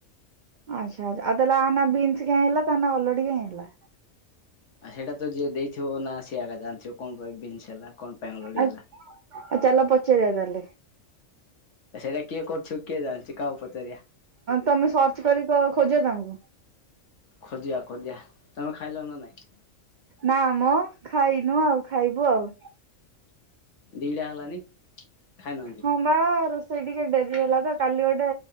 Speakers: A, on the right; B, on the left.
A: ଆଛାଛା ଆଦଲ ଆାନ ବୀନ୍ସ କାଇଁ ହେଲା ତାନ ଅଲୁଡିିକ କାଇଁ ହେଲା।
B: ଆଉ ସେଇଟା ତ ଯିଏ ଦେଇଥିବ ନା ସିଏ ଆଗା ଜାଣିଥିବ। କଣ ପାଇଁ ବିନସ ପାଇଁ ଆଲୋଡି
A: ଆଉ
B: ହେଲା।
A: ଆଉ ଚାଲ ପଚାରିବା ତାହେଲେ
B: ସେଇଟା କିଏ କରୁଛୁ କିଏ ଜାଣିଛି କାହାକୁ ପଚାରିବା
A: ତମେ ସର୍ଚ କରି ଖୋଜ ତାଙ୍କୁ।
B: ଖୋଜିବା ଖୋଜିବା ତମେ ଖାଇଲ ନା ନାଇଁ।
A: ନା ମ ଖାଇନୁ ଆଉ ଖାଇବୁ ଆଉ।
B: ଦିଇଟା ହେଲାନି। ଖାଇନାହାନ୍ତି
A: ହବା ରୋଷେଇ ସେ ଟିକେ ଡେରି ହେଲା ତ କାଲି ଗୋଟେ